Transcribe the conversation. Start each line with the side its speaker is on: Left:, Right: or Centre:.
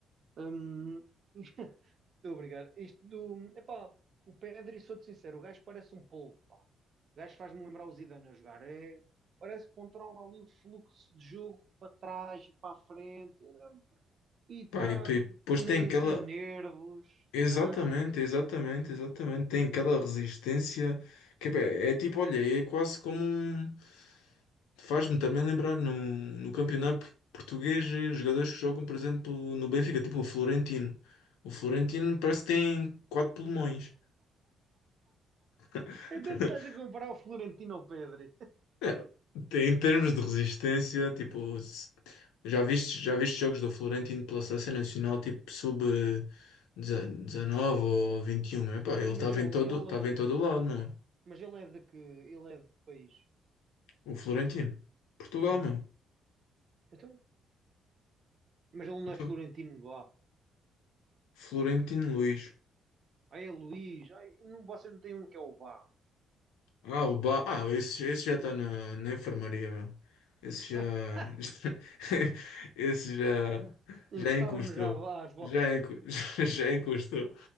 Right: Hum, <laughs> estou a brigar. Isto do, epá, o Pedri, sou-te sincero, o gajo parece um polvo, pá. O gajo faz-me lembrar o Zidane a jogar. É, parece que controla ali o fluxo de jogo para trás e para a frente. e está
Left: Pá, e depois
Right: nem
Left: tem aquela.
Right: sem nervos, sem
Left: Exatamente,
Right: nada.
Left: exatamente, exatamente. Tem aquela resistência que é é tipo, olha, é quase como um. Faz-me também lembrar no, no campeonato português eh, jogadores que jogam, por exemplo, no Benfica, tipo o Florentino. O Florentino parece que tem quatro pulmões. <laughs>
Right: Então estás a comparar o Florentino ao Pedri.
Left: É, em termos de resistência, tipo, se- já viste, já viste jogos do Florentino pela seleção nacional, tipo, sub eh, deze- 19 ou 21
Right: <laughs>
Left: meu? Pá,
Right: Mas
Left: ele estava
Right: ele,
Left: em todo,
Right: ele,
Left: estava em todo lado,
Right: eh,
Left: meu.
Right: mas ele é de que, ele é de que país?
Left: O Florentino. Portugal,
Right: Hum.
Left: meu.
Right: Então, mas ele não
Left: Então,
Right: é Florentino Vá.
Left: Florentino Luís.
Right: Ai, é Luís. Ai, não, vocês não têm um que é o Vá.
Left: Ah, o ba... Ah, esse, esse já está na, na enfermaria, meu. Esse
Right: <laughs>
Left: já. <laughs> Esse já.
Right: Encostaram-nos
Left: Já encostou.
Right: já às boxes.
Left: Já, enco... <laughs> já encostou.